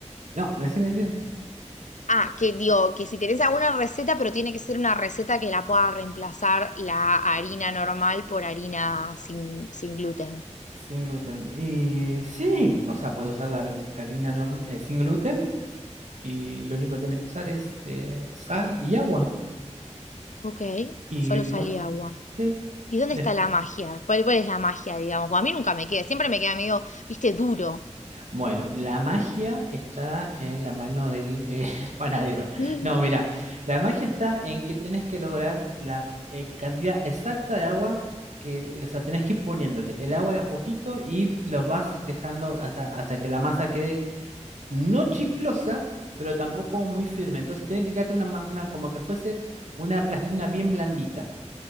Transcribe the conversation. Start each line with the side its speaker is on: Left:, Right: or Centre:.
Right: no, me decime, decime.
Left: Ah, que digo, que si tenés alguna receta, pero tiene que ser una receta que la pueda reemplazar la harina normal por harina sin, sin gluten.
Right: Sin gluten. Y sí, o sea, puedes usar la, la harina norm- eh, sin gluten y lo único que tenés que usar es eh, sal y agua.
Left: Ok,
Right: Y
Left: solo
Right: bueno,
Left: salía agua.
Right: sí.
Left: ¿Y dónde
Right: Des-
Left: está la magia? ¿Cuál, cuál es la magia, digamos? Pues a mí nunca me queda, siempre me queda medio, viste, duro.
Right: Bueno, la magia está en la mano del eh, <laughs> panadero.
Left: Mm.
Right: No, mira, la magia está en que tenés que lograr la eh, cantidad exacta de agua que, o sea, tenés que ir poniéndole el agua de a poquito y los vas dejando hasta, hasta que la masa quede no chiclosa, pero tampoco muy firme. Entonces tiene que quedarte una, ma- una como que fuese una plastilina bien blandita.